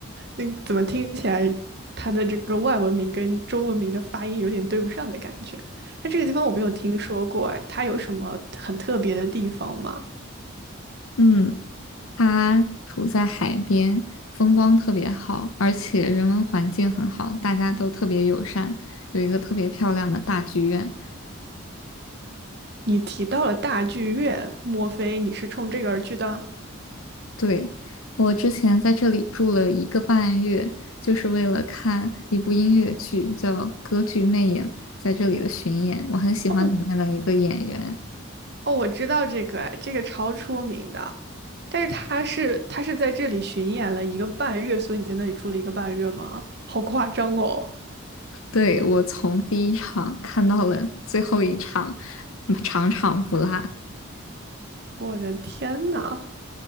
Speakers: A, on the right (about 50°); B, on the left (about 80°).
A: 那怎么听起来它的这个外文名跟中文名的发音有点对不上的感觉？那这个地方我没有听说过，哎，它有什么很特别的地方吗？
B: 嗯，它处在海边，风光特别好，而且人文环境很好，大家都特别友善，有一个特别漂亮的大剧院。
A: 你提到了大剧院，莫非你是冲这个而去的？
B: 对，我之前在这里住了一个半月，就是为了看一部音乐剧，叫《歌剧魅影》，在这里的巡演，我很喜欢里面的一个演员。
A: 哦，哦，我知道这个，哎，这个超出名的，但是他是他是在这里巡演了一个半月，所以你在那里住了一个半月吗？好夸张哦！
B: 对，我从第一场看到了最后一场，嗯场场不落。
A: 我的天呐，